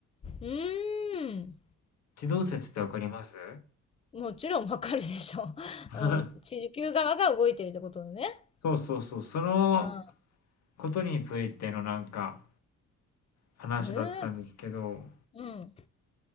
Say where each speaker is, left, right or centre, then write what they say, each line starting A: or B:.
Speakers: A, on the left; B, on the left.
A: うーん。
B: 地動説ってわかります
A: もちろんわかるでしょ。<laughs>
B: <laughs>
A: うん、地球側が動いてるってことだね。
B: そうそうそう、その
A: うん。
B: ことについてのなんか話だったんですけど、
A: へえ。うん。